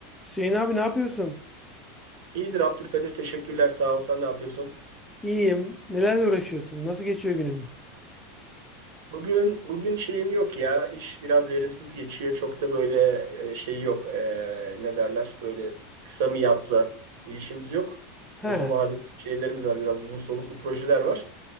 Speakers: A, in the centre; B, on the right.
A: Hüseyin abi ne yapıyorsun?
B: İyidir Abdülkadir teşekkürler sağ ol sen ne yapıyorsun?
A: İyiyim. Nelerle uğraşıyorsun? Nasıl geçiyor günün?
B: Bugün bugün şeyim yok ya iş biraz verimsiz geçiyor çok da böyle e, şey yok E, ne derler böyle kısa miyatlı bir işimiz yok.
A: He.
B: Uzun vadeli şeylerimiz var biraz uzun soluklu projeler var.